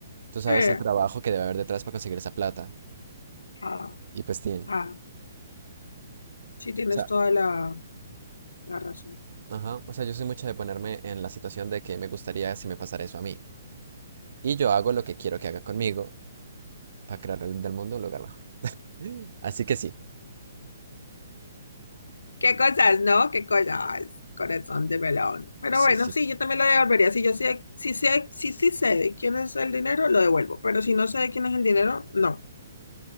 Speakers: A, on the right (about 65°); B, on the left (about 80°).
A: tú sabes
B: Eh,
A: el trabajo que debe haber detrás para conseguir esa plata.
B: ah,
A: Y pues, Tim,
B: ah, sí tienes
A: o sea,
B: toda la, la razón.
A: ajá, o sea, yo soy mucho de ponerme en la situación de que me gustaría si me pasara eso a mí. Y yo hago lo que quiero que haga conmigo para crear el- del mundo un lugar mejor. <gasps> Así que sí,
B: Qué cosas, ¿no? Qué cosas, corazón de melón. Pero
A: sí,
B: bueno,
A: sí.
B: sí, yo también lo devolvería. Si yo sé, si sé, si sí sé de quién es el dinero, lo devuelvo. Pero si no sé de quién es el dinero, no,